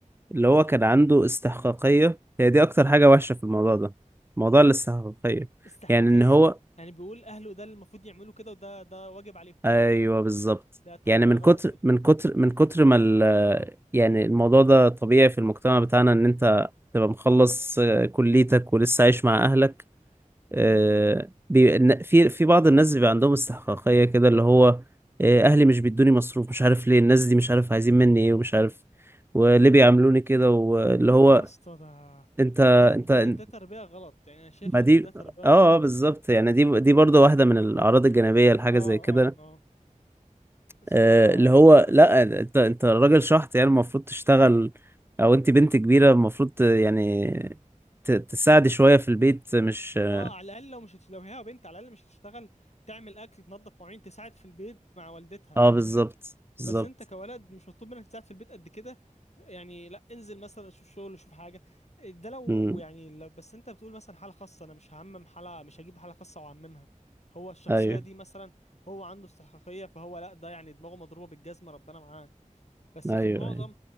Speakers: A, on the right (about 15°); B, on the left (about 55°).
A: اللي
B: مم،
A: هو كان عنده استحقاقية هي دي أكتر حاجة وحشة في الموضوع ده موضوع الاستحقاقية
B: استحقاقيه
A: يعني إن هو
B: يعني بيقول اهله ده اللي المفروض يعملوا كده وده ده واجب عليهم
A: أيوه بالظبط
B: ده تربيه
A: يعني من كتر
B: غلط دي
A: من كتر من كتر ما ال... يعني الموضوع ده طبيعي في المجتمع بتاعنا إن أنت تبقى مخلص آه، كليتك ولسه عايش مع أهلك آه،
B: مم.
A: بي... إن- في في بعض الناس بيبقى عندهم استحقاقية كده اللي هو آه، أهلي مش بيدوني مصروف مش عارف ليه الناس دي مش عارف عايزين مني إيه ومش عارف وليه بيعاملوني كده واللي
B: لا
A: هو
B: يا اسطى ده
A: انت
B: ده ده
A: انت
B: ده تربيه غلط يعني انا شايف
A: ما دي
B: ان ده تربيه غلط
A: اه آه، بالظبط يعني دي دي برضه واحده من الاعراض الجانبيه لحاجه
B: اه
A: زي كده
B: اه اه الصراحة
A: آه، اللي
B: الحوار
A: هو
B: بيبقى
A: لا
B: صعب
A: انت انت راجل شحط يعني المفروض تشتغل او انت بنت كبيره المفروض ت- يعني ت- تساعدي شويه في البيت مش اه
B: اه على الأقل لو مش هت... لو هي بنت على الأقل مش هتشتغل تعمل أكل تنظف مواعين تساعد في البيت مع والدتها
A: آه،
B: فاهمني
A: بالظبط بالظبط
B: بس انت كولد مش مطلوب منك تساعد في البيت قد كده يعني لا انزل مثلا شوف شغل شوف حاجة ده لو
A: امم
B: يعني لا بس انت بتقول مثلا حالة خاصة انا مش هعمم حالة مش هجيب حالة خاصة واعممها هو الشخصية
A: ايوه
B: دي مثلا هو عنده استحقاقية فهو لا ده يعني دماغه مضروبة بالجزمة ربنا معاه بس
A: ايوه
B: في المعظم
A: ايوه